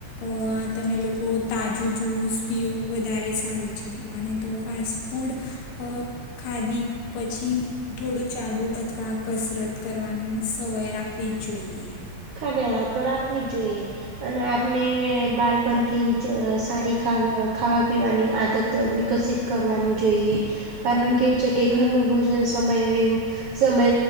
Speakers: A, on the left; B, on the right.
A: આ તમે લુ. તો તાજું જૂસ પીવુ વધારે સારું છે અને તો ફાસ્ટ ફૂડ. અ ખાધી પછી. થોડું ચાલુ અથવા કસરત કરવાની સવાય રાખવી જ જોઈએ.
B: અને આ તો રાખવી જ જોઈએ. અને આપને બાલપણથી જ અ સારી ખાવાની પીવાની આદત વિકસિત. કરવાની જોઈએ કારણ કેવું છે કે ઘરનું ભોજન સ. સમય એવું સમય